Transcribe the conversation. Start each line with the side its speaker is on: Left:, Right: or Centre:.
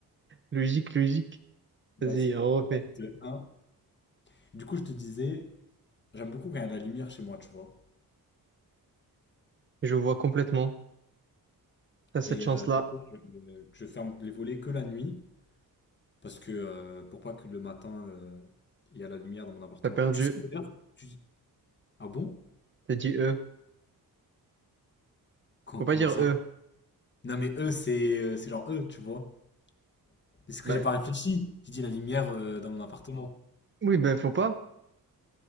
Right: Logique, logique.
Left: Vas-y,
Right: Vas-y, on refait.
Left: un, deux, un. Du coup, je te disais, j'aime beaucoup quand il y a de la lumière chez moi, tu vois.
Right: Je vois complètement. T'as cette
Left: Et
Right: chance-là.
Left: euh, ça fait que je, que je ferme les volets que la nuit, parce que euh, pour pas que le matin, euh, il y a la lumière dans mon appartement.
Right: T'as perdu.
Left: Et tu sais d'ailleurs, tu- ah bon?
Right: T'as dit E.
Left: Quand-
Right: Faut
Left: comment
Right: pas dire
Left: ça?
Right: E.
Left: Non mais eux, c'est euh, c'est genre eux, tu vois. C'est ce que
Right: Bah,
Left: j'ai pas réfléchi. J'ai dit la lumière euh, dans mon appartement.
Right: oui, ben faut pas.